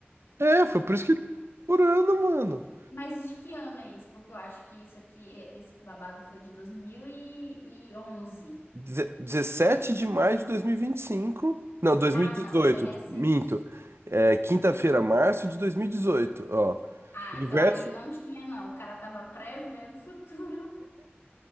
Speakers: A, on the right (about 80°); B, on the left (about 75°).
A: É, foi por isso que ele tá procurando, mano.
B: Mas de que ano é isso? Porque eu acho que isso aqui, e- esse babado foi de 2011.
A: Deze- 17 de maio de dois mil e e vinte e cinco. Não, dois
B: Ah,
A: mil e dezoito.
B: não, foi recente.
A: minto. É, quinta-feira, março de 2018. Ó,
B: Ah,
A: universo.
B: então aí não tinha, não. O cara tava prevendo o futuro. <laughs>